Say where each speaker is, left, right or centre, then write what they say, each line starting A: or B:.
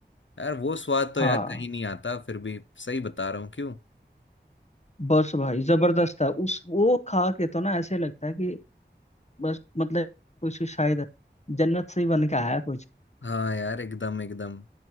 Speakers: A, on the left; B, on the left.
A: यार वो स्वाद तो
B: हाँ
A: यार कहीं नहीं आता फिर भी सही बता रहा हूँ क्यों
B: बस भाई जबरदस्त है उस वो खा के तो ना ऐसे लगता है कि बस मतलब कुछ शायद जन्नत से ही बन के आया कुछ
A: हाँ यार एकदम एकदम